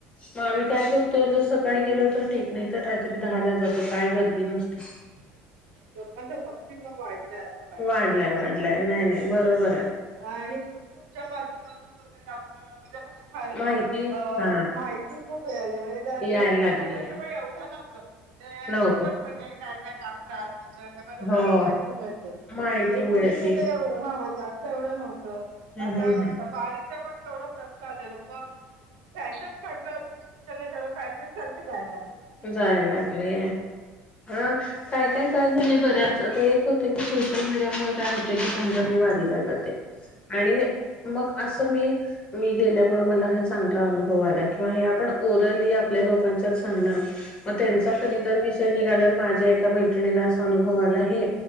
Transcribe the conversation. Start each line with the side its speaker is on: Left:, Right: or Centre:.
Left: मग आम्ही काय करतो जर सकाळी गेलो तर ठीक नाही तर रात्री दहाला जातो काय गर्दी नसते
Right: हम्म लोकांचा भक्तीभाव वाढला असं वाटत
Left: वाढलाय
Right: बघ
Left: वाढलाय
Right: ते
Left: नाही नाही बरोबर आहे
Right: आणि युट्यूबच्या माध्यमातून लोक आपलं म्हणजे आपल भारी
Left: माहिती
Right: अ
Left: हा
Right: माहिती खूप मिळते
Left: यायला
Right: अधिक
Left: लागली
Right: महिन्या सगंळ
Left: आहे.
Right: एवढा नव्हत. ते
Left: नव्हतं
Right: खूपच म्हणजे काय काय टाकतात. लोकांना
Left: हो
Right: माहिती मिळते.
Left: माहिती
Right: हो
Left: मिळते
Right: पूर्वी कुठे एवढ ह जास्त एवढं नव्हतं
Left: हम्म
Right: आता
Left: हम्म
Right: वारीचा पण केवढा प्रस्त आलेल बघ फॅशन म्हटलं चुकीचं नाही त्याला फॅशन सारखं जायला लागणार
Left: जायला लागलेय ह
Right: हम्म
Left: काय काय
Right: हम्म.
Left: कायचं नाही बऱ्याच आता एक होतं की सोशल मीडिया म काय होत तेथ समजा मी वारीला
Right: हम्म
Left: जाते
Right: हम्म हम्म
Left: आणि
Right: हम्म.
Left: मग असं मी मी गेल्यामुळे मला हा चांगला अनुभव आला किंवा हे आपण ओरली आपल्या लोकांच्यात सांगणार. मग त्यांचा
Right: हो
Left: कधी
Right: हो
Left: तर विषय
Right: हो.
Left: निघाल्यावर माझ्या एका मै अनुभव आला हे